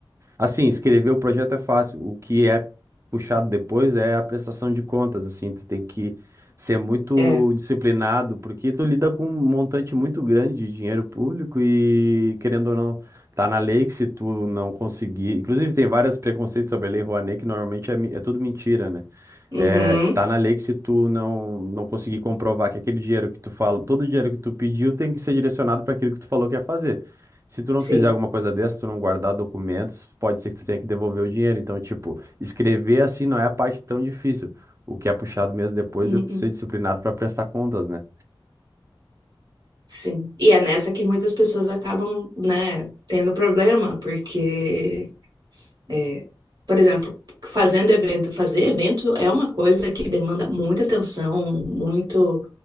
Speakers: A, on the right; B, on the right.
A: Assim, escrever o projeto é fácil. O que é puxado depois é a prestação de contas, assim, tu tem que ser muito
B: É.
A: disciplinado, porque tu lida com um montante muito grande de dinheiro público e, querendo ou não, tá na lei que se tu não conseguir, inclusive tem vários preconceitos sobre a Lei Rouanet, que normalmente é, mi- é tudo mentira, né?
B: Uhum.
A: É, tá na lei que se tu não, não conseguir comprovar que aquele dinheiro que tu fala, todo o dinheiro que tu pediu tem que ser direcionado para aquilo que tu falou que ia fazer. Se tu não
B: Sim.
A: fizer alguma coisa dessa, tu não guardar documentos, pode ser que tu tenha que devolver o dinheiro. Então, tipo, escrever assim não é a parte tão difícil. O que é puxado mesmo depois
B: Uhum.
A: é tu ser disciplinado para prestar contas, né?
B: Sim. E é nessa que muitas pessoas acabam, né, tendo problema, porque É, por exemplo, fazendo evento, fazer evento é uma coisa que demanda muita atenção, muito,